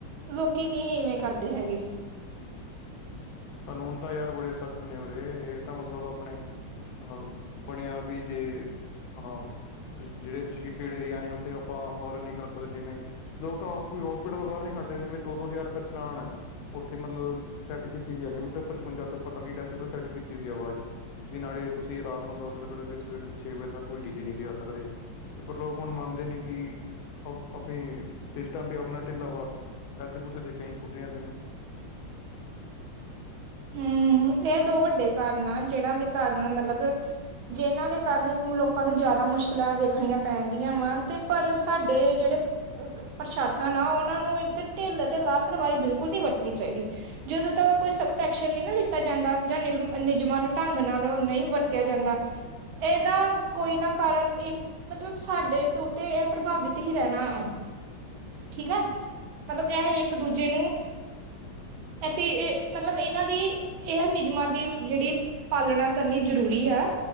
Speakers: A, on the right; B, on the left.
A: ਲੋਕੀ ਨੀਂ ਇਵੇਂ ਕਰਦੇ ਹੈਗੇ।
B: ਕਾਨੂੰਨ ਤਾਂ ਯਾਰ ਬੜੇ ਸਖ਼ਤ ਨੇ ਉਰੇ ਇਹ ਤਾਂ ਮਤਲਬ ਆਪਣੇ ਅ ਬਣਿਆ ਬੀ ਜੇ ਅ ਰਿਸ ਜਿਹੜੇ ਰਿਸਿ਼ਟਡ ਏਰੀਆ ਨੇ ਉੱਥੇ ਆਪਾਂ ਹੋਰਨ ਨ੍ਹੀਂ ਕਰ ਸਕਦੇ ਜਿਵੇਂ। ਲੋਕ ਤਾਂ ਹੋਸ ਹੋਸਪਿਟਲ ਬਾਹਰ ਨੀਂ ਹਟਦੇ ਨੇ ਦੋ-ਦੋ ਹਜ਼ਾਰ ਰੁਪਏ ਚਲਾਨ ਏ, ਉੱਥੇ ਮਤਲਬ ਸੈਟ ਕੀਤੀ ਈ ਨਿਮ ਪਚਵੰਜਾ ਤੋਂੱ ਪੰਜਤਾਲੀ ਡੈਸੀਮਲ ਸੈਟ ਕੀਤੀ ਹੋਈ ਆਵਾਜ਼ ਵੀ ਨਾਲੇ ਤੁਸੀਂ ਰਾਤ ਨੂੰ ਦਸ ਵਜੇ ਤੋਂ ਲੈਕੇ ਸਵੇਰੇ ਛੇ ਵਜੇ ਤੱਕ ਕੋਈ ਡੀ ਜੇ ਨੀ ਬਜਾ ਸਕਦੇ। ਪਰ ਲੋਕ ਹੁਣ ਮੰਨਦੇ ਨੇ ਕਿ ਕਾਫੀ ਸਿਸਟਮ ਵੀ ਆਪਣਾ ਢਿੱਲਾ ਵਾ ਪੈਸੇ-ਪੂਸੇ ਦੇ ਕੇ ਏਂਈ ਛੁੱਟ ਜਾਂਦੇ ਨੇ।
A: ਹਮ ਇਹ ਦੋ ਵੱਡੇ ਕਾਰਨ ਆ, ਜਿਹਨਾਂ ਦੇ ਕਾਰਨ ਮਤਲਬ ਜਿਨ੍ਹਾਂ ਦੇ ਕਾਰਨ ਲੋਕਾਂ ਨੂੰ ਜ਼ਿਆਦਾ ਮੁਸ਼ਕਿਲਾਂ ਵੇਖਣੀਆਂ ਪੈਂਣਦੀਆਂ ਵਾ ਤੇ ਪਰ ਸਾਡੇ ਜੇੜੇ ਪ੍ਰਸ਼ਾਸਨ ਆ ਉਹਨਾਂ ਨੂੰ ਇੱਥੇ ਢਿੱਲ ਅਤੇ ਲਾਪਰਵਾਹੀ ਬਿਲਕੁਲ ਨਈ ਵਰਤਣੀ ਚਾਈਦੀ। ਜਦੋਂ ਤੱਕ ਕੋਈ ਸਕ ਸਖ਼ਤ ਐਕਸ਼ਨ ਨਈ ਨਾ ਲਿੱਤਾ ਜਾਂਦਾ ਜਾਂ ਨਿਰਮ ਨਿਯਮਾਂ ਨੂੰ ਢੰਗ ਨਾਲ ਨਈ ਵਰਤਿਆ ਜਾਂਦਾ ਤੇ ਇਹਦਾ ਕੋਈ ਨਾ ਕਾਰਨ ਇੱਕ ਮਤਲਬ ਸਾਡੇ ਤੋਂ ਉਤੇ ਇਹ ਪ੍ਰਭਾਵਿਤ ਹੀ ਰਹਿਣਾ ਠੀਕ ਆ ਮਤਲਬ ਇਹ ਇੱਕ ਦੂਜੇ ਨੂੰ ਅਸੀਂ ਮਤਲਬ ਇਨ੍ਹਾਂ ਦੀ ਇਹ ਨਿਯਮਾਂ ਦੀ ਜੇੜੀ ਪਾਲਣਾ ਕਰਨੀ ਜ਼ਰੂਰੀ ਆ।